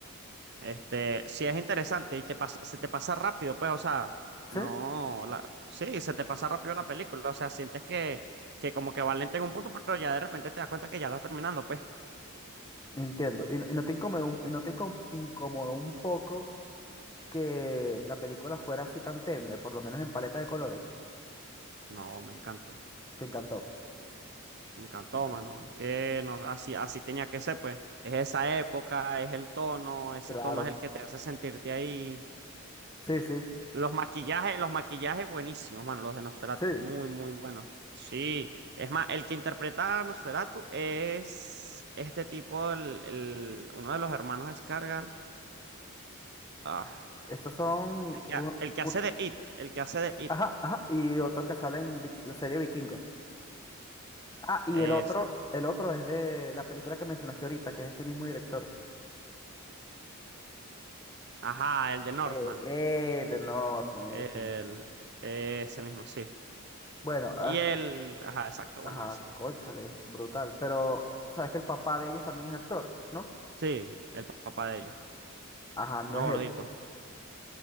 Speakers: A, on the right; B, on the left.
A: Este, sí es interesante y te pasa, se te pasa rápido, pues, o sea,
B: sí,
A: no, la, sí, se te pasa rápido la película, o sea, sientes que, que como que va lenta en un punto, pero ya de repente te das cuenta que ya está terminando, pues.
B: entiendo. Y, no y no te incomodó, un- y no te incom- incomodó un poco que la película fuera así tan tenue, por lo menos en paleta de colores.
A: No, me encantó,
B: Te encantó.
A: me encantó,
B: Me encantó.
A: mano. Es que no, así, así tenía que ser, pues. Es esa época, es el tono, ese
B: Claro.
A: tono es el que te hace sentirte ahí.
B: Sí, sí.
A: Los maquillajes, los maquillajes buenísimos, mano, los de Nosferatu,
B: Sí,
A: muy, muy buenos. Sí, es más, el que interpreta a Nosferatu es este tipo, el, el- uno de los hermanos Skarsgård. Ah,
B: esos son
A: el que,
B: uno,
A: ha- el que
B: un-
A: hace de It, el que hace de It.
B: ajá, ajá, y otro que sale en Vik- la serie Vikingos. Ah, y
A: Exacto.
B: el otro, el otro es de la película que mencionaste ahorita, que es este mismo director.
A: Ajá, el de Northman.
B: Eh, eh, The Northman,
A: El,
B: ese. mismo.
A: ese mismo, sí.
B: Bueno, ah,
A: Y él, ajá, exacto,
B: ajá,
A: bueno, eso.
B: cónchale, brutal. Pero, ¿sabes que el papá de ellos también es actor, ¿no?
A: Sí, el papá de ellos,
B: Ajá, no
A: no
B: es
A: gordito.
B: él,